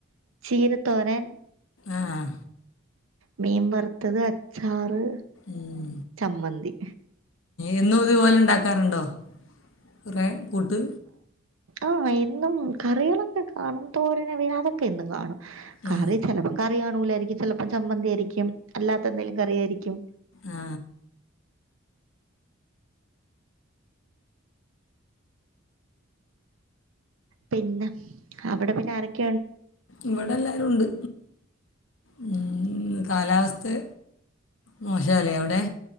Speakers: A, on the right (about 80°); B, on the left (about 70°).
A: ചീരത്തോരൻ
B: ആഹ്
A: മീൻ വറുത്തത് അച്ചാറ്
B: ഉം
A: ചമ്മന്തി
B: എന്നും ഇതുപോലെ ഉണ്ടാക്കാറുണ്ടോ കുറേ കൂട്ട്
A: ആഹ് എന്നും കറികളൊക്കെ കാണും തോരനവിന അതൊക്കെ എന്നും കാണും കറി
B: ആ
A: ചിലപ്പം കറി കാണൂലായിരിക്കും ചിലപ്പം ചമ്മന്തി ആയിരിക്കും അല്ലാത്തപ്പോ ന്ത്‌ കറിയായിരിക്കും
B: ആ
A: പിന്നെ അവിടെ പിന്നെ ആരക്കെ
B: ഇവിടെ എല്ലാവരും ഉണ്ട് ഉം കാലാവസ്ഥ മോശാലെ അവിടെ